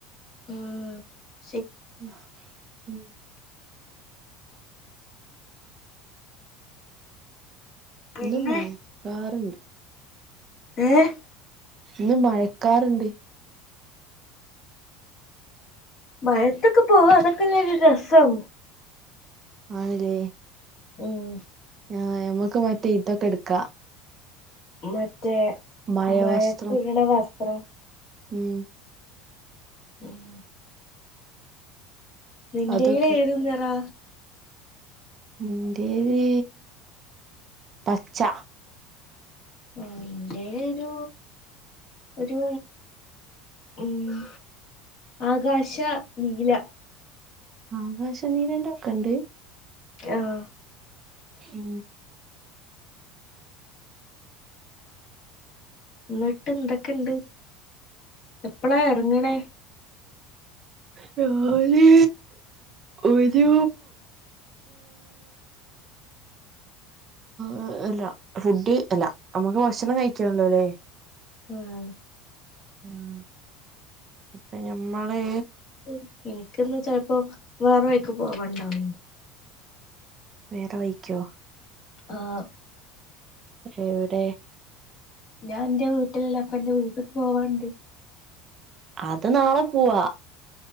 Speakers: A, on the left; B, on the right.
A: മ്
B: ഉ ഉം
A: പിന്നെ
B: ഇന്ന് മയക്കാറ്ണ്ട്
A: ഏഹ്
B: ഇന്ന് മഴക്കാറ്ണ്ട്
A: മഴത്തൊക്കെ പോവാ അതൊക്കെല്ല ഒരു രസം
B: ആണ്ല്ലേ
A: ഉം
B: ആ മ്മക്ക് മറ്റേ ഇതൊക്കെ എട്ക്കാ
A: മറ്റേ
B: മഴവസ്ത്രം
A: മഴത്ത്ട്ണ വസ്ത്രം
B: ഉം
A: ഉം നിന്റെല്
B: അതൊക്കെ
A: ഏത് നിറാ
B: ഇന്റേല് പച്ച
A: മ് ഇന്റേല് ഒരു ഒരു മ് ആകാശ നീല
B: ആകാശ നീലന്റെക്കെ ണ്ട്
A: ആഹ്
B: ഉം
A: ന്നിട്ട് എന്തെക്കിണ്ട് എപ്പളാ എർങ്ങണേ?
B: ഞാന് ഒരൂ എഹ് അല്ല ഫുഡ് അല്ല നമ്മക്ക് ഭക്ഷണം കഴിക്കണം ല്ലോലേ
A: ആഹ്
B: ആഹ് അപ്പ ഞമ്മള്
A: <unintelligible> കേക്കുമ്പോ ചെലപ്പോ വേറ വഴിക്ക് പോവണ്ടായി
B: വേറെ വഴിക്കോ?
A: ആഹ്
B: പക്ഷെ എവിടെ?
A: ഞാൻ ഇന്റെ വീട്ടില്ലപ്പ ഇന്റെ വീട്ടിക്ക് പോവാണ്ട്.
B: അത് നാളെ പോവാ.